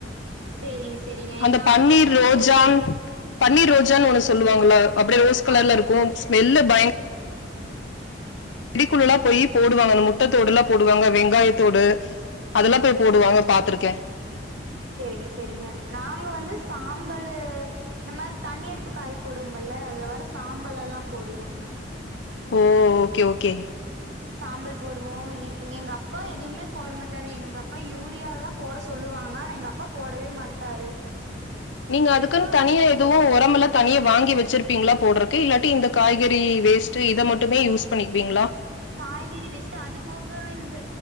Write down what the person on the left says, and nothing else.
அந்த
பன்னீர்
ரோஜான்
பன்னீர் ரோஜான்னு ஒன்னு சொல்லுவாங்கள அப்படியே ரோஸ் கலர்ல
இருக்கு ஸ்மெல்லு பயங்
செடிக்குள்ளல்லா போயி போடுவாங்க அந்த முட்டத்தோடு எல்லா போடுவாங்க வெங்காயத்தோடு அதெல்லா போய் போடுவாங்க பாத்துருக்கே
ஓ ஓகே ஓகே
நீங்க அதுக்குன்
தனியா
எதுவு உரமல தனியா வாங்கி வச்சிருப்பீங்களா போடுறக்கு இல்லாட்டி இந்த காய்கறி வேஸ்ட்டு இத மட்டுமே யூஸ் பண்ணிக்குவீங்களா